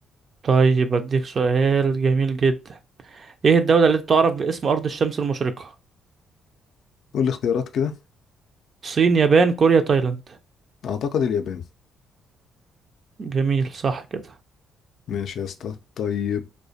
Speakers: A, on the right; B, on the left.
A: طيب اديك سؤال جميل جدا ايه الدولة التي تعرف باسم ارض الشمس المشرقة
B: قول لي اختيارات كده
A: صين يابان كوريا تايلاند
B: اعتقد اليابان
A: جميل صح كده
B: ماشي يا اسطى طيب